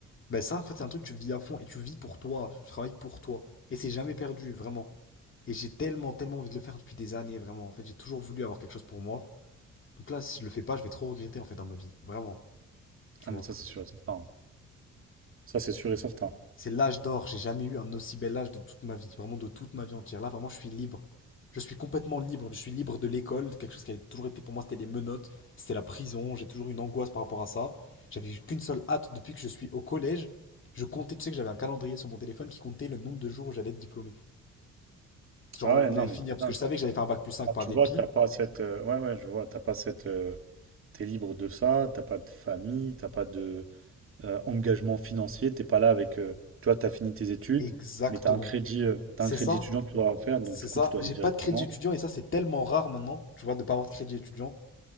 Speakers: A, on the left (about 40°); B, on the right (about 45°).
A: Bah ça, en fait, c'est un truc que tu vis à fond et tu vis pour toi, tu travailles pour toi. Et c'est jamais perdu, vraiment. Et j'ai tellement, tellement envie de le faire depuis des années, vraiment. En fait, j'ai toujours voulu avoir quelque chose pour moi. Donc là, si je le fais pas, je vais trop regretter en fait dans ma vie. Vraiment, tu
B: Ah,
A: vois.
B: mais ça, c'est sûr et certain. hein. Ça, c'est sûr et certain.
A: C'est l'âge d'or. J'ai jamais eu un aussi bel âge de toute ma vie. Vraiment de toute ma vie entière. Là, vraiment, je suis libre. Je suis complètement libre. Je suis libre de l'école. Quelque chose qui avait toujours été pour moi, c'était les menottes. C'était la prison. J'ai toujours eu une angoisse par rapport à ça. J'avais eu qu'une seule hâte depuis que je suis au collège. Je comptais, tu sais que j'avais un calendrier sur mon téléphone qui comptait le nombre de jours où j'allais être diplômé. Genre,
B: Ah ouais,
A: où
B: non,
A: j'allais
B: mais
A: finir.
B: putain.
A: Parce que je savais que j'allais faire un bac plus cinq
B: Ah,
A: par
B: tu
A: dépit.
B: vois, t'as pas cette. euh, ouais, ouais, je vois, t'as pas cette. euh, t'es libre de ça, t'as pas de famille, t'as pas de euh, engagement financier, t'es pas là avec. euh, tu vois, t'as fini tes études,
A: Exactement.
B: mais t'as un crédit, euh, t'as
A: C'est
B: un crédit
A: ça.
B: étudiant que tu dois faire,
A: C'est
B: donc du coup,
A: ça,
B: tu dois
A: j'ai
B: aller directement.
A: pas de crédit étudiant et ça c'est tellement rare maintenant, tu vois, de pas avoir de crédit étudiant.